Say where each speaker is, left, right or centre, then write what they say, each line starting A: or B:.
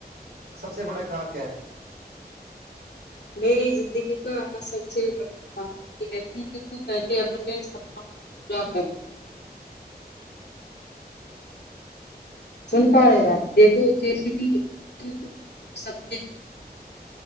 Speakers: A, on the right (about 85°); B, on the left (about 85°).
A: سب سے بڑا خواب کیا ہے
B: میری زندگی کا سب سے بڑ یہ پہلے اپنے کیا کرنی سن پا رہے ہو آپ دیکھو جیسی بھیب سب <unintelligible>